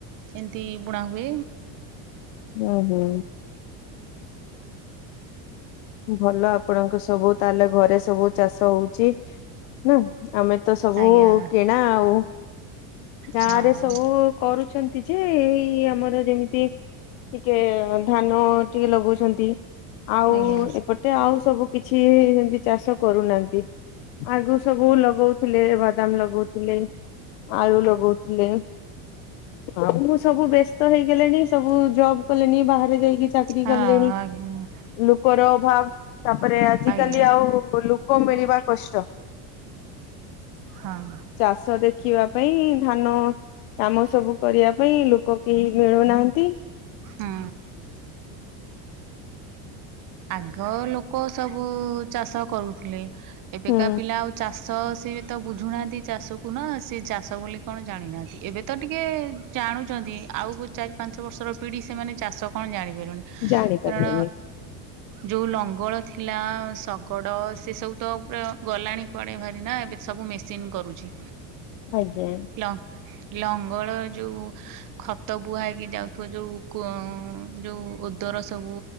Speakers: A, on the right; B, on the left.
A: ଏମିତି ବୁଣା ହୁଏ।
B: ଉହୁଁ। ଭଲ ଆପଣଙ୍କ ସବୁ ତାହେଲେ ଘରେ ସବୁ ଚାଷ ହଉଚି। ନା ଆମେ ତ ସବୁ
A: ଆଜ୍ଞା
B: କିଣା ଆଉ ଗାଁରେ
A: ହଁ।
B: ସବୁ କରୁଛନ୍ତି ଯେ ଏଇ ଆମର ଯେମିତି ଟିକେ ଧାନ ଟିକେ ଲଗଉଛନ୍ତି ଆଉ
A: ଆଜ୍ଞା
B: ଗଟେ ଆଉ ସବୁ କିଛି ଏମିତି ଚାଷ କରୁନାହାନ୍ତି। ଆଗରୁ ସବୁ ଲଗଉଥିଲେ ବାଦାମ ଲଗଉଥିଲେ। ଆଳୁ ଲଗଉଥିଲେ। ଆଉ ମୁଁ ସବୁ ବ୍ୟସ୍ତ ହେଇଗଲିଣି ସବୁ ଜବ୍ କଲେଣି ବାହାରେ ଯାଇକି ଚା କିରି
A: ହଁ
B: କଲେଣି
A: ଆଜ୍ଞା
B: ଲୋକର ଅଭାବ ତା ପରେ ଆଜି
A: ଆଜ୍ଞା
B: କାଲି ଆଉ - ଲୋକ ମିଳିବା କଷ୍ଟ।
A: ହଁ।
B: ଚାଷ ଦେଖିବା ପାଇଁ ଧାନ କାମ ସବୁ କରିବା ପାଇଁ ଲୋକ କେହି ମିଳୁନାହାଁନ୍ତି।
A: ହୁଁ। ଆଗ ଲୋକ ସବୁ ଚାଷ କରୁଥିଲେ ଏବେକା
B: ହୁଁ
A: ପିଲା ଆ ଚାଷ ସିଏ ବି ତ ବୁଝୁ ନାହାନ୍ତି ଚାଷ କୁ ନା ସିଏ ଚାଷ ବୋଲି କଣ ଜାଣିନାହାନ୍ତି। ଏବେ ତ ଟିକେ ଜାଣୁଛନ୍ତି ଆଉ ଚାରି ପାଞ୍ଚ ବର୍ଷର ପିଢ଼ି ସେମାନେ ଚାଷ କଣ ଜାଣିପାରିବେନି।
B: ଜାଣି ପାରିବେନି।
A: କାରଣ ଯୋଉ ଲଙ୍ଗଳ ଥିଲା ଶଗଡ଼ ସେ ସବୁ ତ ପା ଗଲାଣି କୁଆଡେ ଭାରି ନା ଏବେ ସବୁ ମ- ସିନ୍ କରୁଛି।
B: ଆଜ୍ଞା।
A: ହାଲୋ। ଲଙ୍ଗଳ ଯୋଉ ଖତ ବୁହାଇକି ଯାଉଥିବ ଯୋଉ କଙ୍ ଯୋଉ - ତୋର ସବୁ।